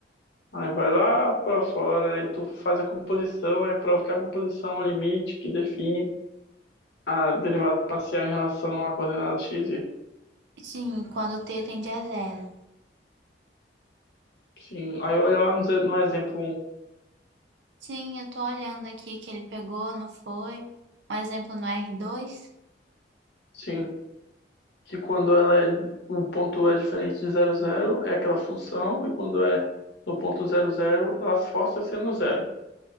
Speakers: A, on the left; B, on the right.
A: Aí vai lá pra fora, aí tu faz a composição, aí prova que a composição é o limite que define a derivada parcial em relação à coordenada x. y.
B: Sim, quando o t tende a zero.
A: Sim, aí olha lá no, ze- no exemplo um.
B: Sim, eu tô olhando aqui que ele pegou, não foi? Um exemplo no r dois
A: Sim, que quando ela é, o ponto é diferente de zero zero é aquela função, e quando é no ponto zero zero ela força a ser no zero.